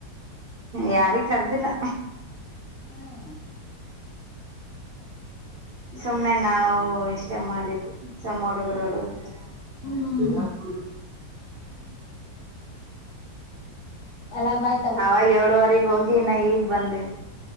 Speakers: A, on the right; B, on the left.
A: ಯಾರಿಗಿ ಕರ್ದಿಲ್ಲ
B: ಹ್ಮ್
A: ಸುಮ್ನೆ ನಾವು ಇಷ್ಟೇ ಮಾಡಿದ್ದೀವಿ ಸುಮ್ಮ ಹುಡುಗರು ಹುಡುಗರು
B: ಹ್ಮ್ ಎಲ್ಲಾರ್ <unintelligible>
A: ಅವಾಗ ಏಳುವರೆಗೆ ಹೋಗಿ ಇನ್ನ ಈಗ್ ಬಂದಿವಿ